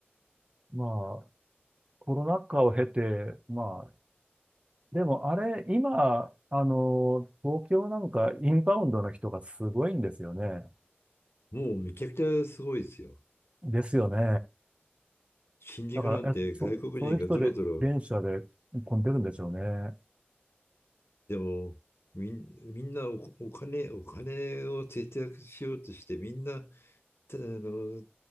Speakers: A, on the right; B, on the left.
A: まあ、コロナ禍を経て、まあ、でもあれ、今、あの、東京なんかインバウンドの人がすごいんですよね。
B: もうめちゃくちゃすごいですよ。
A: ですよね。
B: 新宿なんて外国人がぞろぞろ、
A: だから、え、そ、そういう人で、電車で混んでるんでしょうね。
B: でもみん、みんなお、お金、お金を節約しようとして、みんな、たあの、